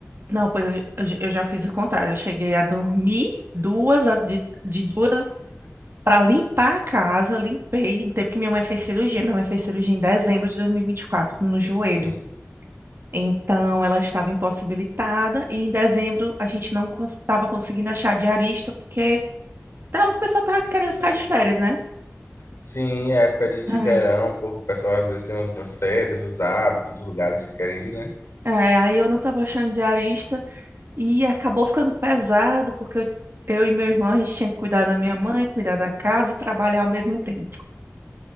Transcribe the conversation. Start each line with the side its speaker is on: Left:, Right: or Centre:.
Right: Não, pois eu, eu já eu já fiz o contrário. Eu cheguei a dormir duas, a- de, de duas para limpar a casa. Limpei no tempo que minha mãe fez cirurgia. Minha mãe fez cirurgia em dezembro de 2024, no joelho.
Left: Sim.
Right: Então, ela estava impossibilitada e em dezembro a gente não estava conseguindo achar diarista porque tava, o pessoal estava querendo ficar de férias, né?
Left: Sim, é época de, de
Right: Ai,
Left: verão, o povo- o pessoal às vezes tem as as férias, os hábitos, os lugares que querem ir, né?
Right: é, aí eu não estava achando diarista e acabou ficando pesado porque eu, eu e meu irmão a gente tinha que cuidar da minha mãe, cuidar da casa e trabalhar ao mesmo tempo.